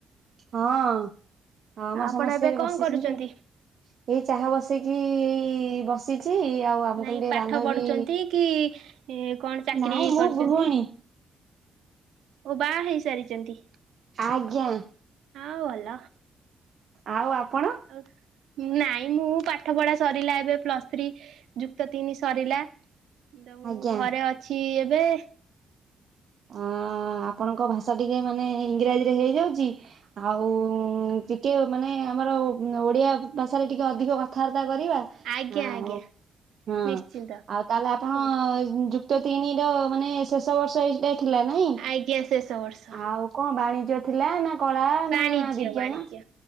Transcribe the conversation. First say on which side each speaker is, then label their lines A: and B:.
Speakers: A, on the right; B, on the right.
A: ହଁ। ହଁ ଆମର
B: ଆପଣ
A: ସମସ୍ତେ
B: ଏବେ
A: ବସିଛନ୍ତି
B: କଣ କରୁଛନ୍ତି?
A: ଆଉ। ଏଇ ଚାହା ବସେଇକି ଏଇ ବସି ଚି। ଆଉ ମୁଁ
B: ନାଇଁ
A: କହିଲି ଟିକେ
B: ପାଠ
A: ବାନ୍ଧବୀ,
B: ପଢୁଛନ୍ତି କି କଣ ଚାକିରି
A: ନାଇଁ ମୁଁ
B: କରିଛନ୍ତି?
A: ଗୃହିଣୀ।
B: ଓ ବାହା ହେଇସାରିଛନ୍ତି?
A: ଆଜ୍ଞା।
B: ଆଉ ଭଲ
A: ଆଉ ଆପଣ?
B: ଆଉ, ନାଇଁ ମୁଁ ପାଠ ପଢା ସରିଲା ଏବେ ପ୍ଲସ ଥ୍ରୀ। ଯୁକ୍ତ ତିନି ସରିଲା। ତ ମୁଁ
A: ଆଜ୍ଞା।
B: ଘରେ ଅଛି ଏବେ।
A: ଅ ଆପଣଙ୍କ ଭାଷା ଟିକେ ମାନେ ଇଂରାଜୀ ରେ ହେଇଯାଉଚି। ଆଉ ଟିକେ ମାନେ ଆମର ଓଡିଆ ଭାଷାରେ ଟିକେ ଅଧିକ କଥାବାର୍ତ୍ତା କରିବା।
B: ଆଜ୍ଞା
A: ଆଉ
B: ଆଜ୍ଞା
A: ହଁ।
B: ନିଶ୍ଚିନ୍ତ
A: ଆଉ ତାହେଲେ ଆପଣ
B: କୁହନ୍ତୁ
A: ଯୁ ତ ତିନି ର ମାନେ ଶେଷ ବର୍ଷ ଏଇଟା ଥିଲା ନାଇଁ
B: ଆଜ୍ଞା ଶେଷ ବର୍ଷ
A: ଆଉ କଣ ବାଣିଜ୍ୟ ଥିଲା ନା କଳା
B: ବାଣିଜ୍ୟ
A: ନା ବିଜ୍ଞାନ
B: ବାଣିଜ୍ୟ